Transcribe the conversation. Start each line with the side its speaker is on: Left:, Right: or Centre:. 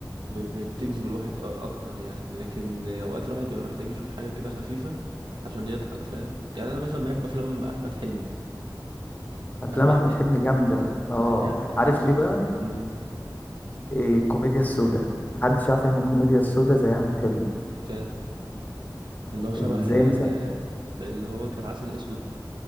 Right: ب- ب- بتجذب الواحد أ- اكتر يعني لكن اوقات الواحد بيبقى محتاج يشوف حاجة كده خفيفة عشان يضحك فاهم يعني انا مثلا بحب افلام احمد حلمي
Left: افلام
Right: احمد
Left: احمد
Right: حلمي
Left: حلمي جامدة
Right: اه
Left: اه
Right: يعني احمد
Left: عارف
Right: حلمي
Left: ليه
Right: بصراحة
Left: بقى
Right: امم
Left: إيه الكوميديا السوداء محدش يعرف يعمل الكوميديا السوداء زي احمد حلمي
Right: ف اللي هو شبه
Left: اللي زي
Right: آه،
Left: مثلا
Right: اللي هو كان عسل اسود